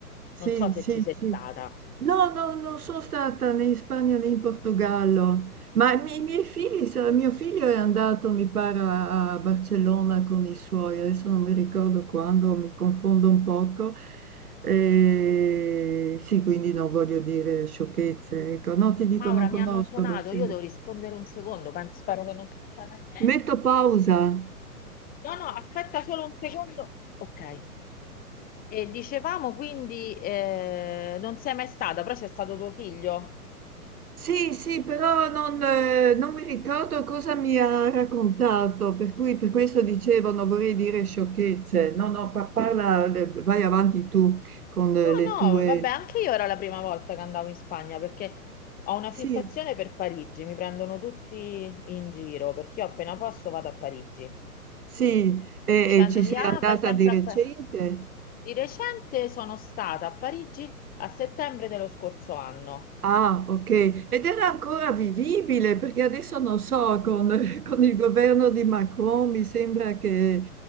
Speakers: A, on the right (about 70°); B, on the left (about 20°).
A: sì,
B: non so se
A: sì,
B: ci sei
A: sì.
B: stata.
A: No, no, non sono stata né in Spagna né in Portogallo, ma i miei, i miei figli, sa- mio figlio è andato, mi pare, a a Barcellona con i suoi, adesso non mi ricordo quando, mi confondo un poco. E sì, quindi non voglio dire sciocchezze, ecco, no, ti dico,
B: Maura,
A: non conosco
B: mi hanno suonato,
A: Barcellona.
B: io devo rispondere un secondo, penso, spero che non succeda niente.
A: Metto pausa.
B: No, no, aspetta solo un secondo. Ok, e dicevamo quindi eh, non sei mai stata, però c'è stato tuo figlio?
A: Sì, sì, però non, eh, non mi ricordo cosa mi ha raccontato, per cui per questo dicevo non vorrei dire sciocchezze. No, no, pa- parla, eh, vai avanti tu con eh, le
B: No,
A: tue...
B: no, vabbè, anche io era la prima volta che andavo in Spagna perché ho una
A: Sì,
B: fissazione per Parigi, mi prendono tutti in giro perché io appena posso vado a Parigi,
A: sì, e,
B: dicendomi,
A: e ci sei
B: ah,
A: andata
B: vai sempre
A: di recente?
B: a Parigi. Di recente sono stata a Parigi a settembre dello scorso anno.
A: Ah, ok. Ed era ancora vivibile perché adesso non so, con, <laughs> con il governo di Macron mi sembra che,